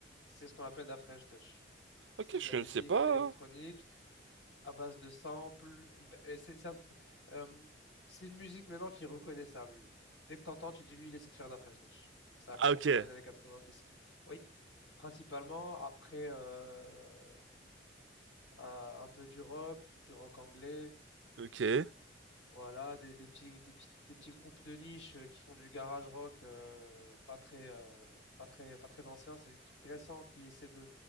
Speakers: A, on the left; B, on the right.
A: C'est ce qu'on appelle la French Touch. C'est
B: Ok, je
A: de la
B: connaissais
A: musique
B: pas.
A: électronique
B: hein.
A: à base de samples. b- et C'est c'est un- euh, c'est une musique maintenant qui est reconnaissable. Dès que t'entends, tu dis lui, il essaie de faire de la French Touch. Ça a
B: Ah,
A: commencé
B: ok.
A: dans les années 90. Oui, principalement après. euh, euh, un peu du rock, du rock anglais,
B: Ok.
A: voilà, des, des petits, des petits, des petits groupes de niche euh, qui font du garage rock euh, pas très, euh, pas très, pas très ancien, c'est des trucs récents qui essaient de,